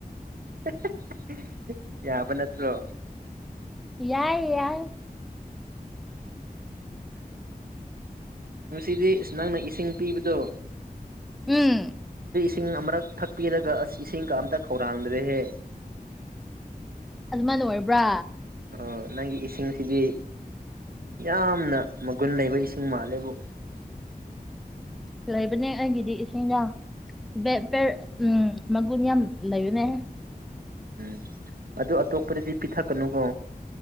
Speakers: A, on the right (about 70°); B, in the centre.
A: <unintelligible> ꯅꯠꯇ꯭ꯔꯣ
B: ꯌꯥꯏ ꯌꯥꯏ
A: ꯉꯁꯤꯗꯤ ꯅꯪꯅ ꯏꯁ ꯏꯁꯤꯡ ꯄꯤꯕꯗꯣ
B: ꯎꯝ
A: ꯁꯤꯡ ꯑꯃꯔꯛ ꯊꯛꯄꯤꯔꯒ ꯑꯁ ꯏꯁꯤꯡꯒ ꯑꯝꯇ ꯈꯧꯔꯥꯡꯖꯔꯦꯍꯦ
B: ꯑꯗꯨꯃꯥꯏꯅ ꯑꯣꯏꯔꯕ꯭ꯔꯥ
A: ꯑ ꯅꯪꯒꯤ ꯏꯁꯤꯡꯁꯤꯗꯤ ꯌꯥꯝꯅ ꯃꯒꯨꯟ ꯂꯩꯕ ꯏꯁꯤꯡ ꯃꯥꯜꯂꯦꯕꯨ
B: <unintelligible> ꯂꯩꯕꯅꯦ ꯑꯩꯒꯤꯗꯤ ꯏꯁꯤꯡꯗꯣ ꯕꯦꯄꯔ ꯎꯝ ꯃꯒꯨꯟ ꯌꯥꯝ ꯂꯩꯕꯅꯦ
A: ꯎꯝ ꯑꯗꯨ ꯑꯇꯣꯞꯄꯗꯗꯤ ꯄꯤꯊꯛꯀꯅꯨꯀꯣ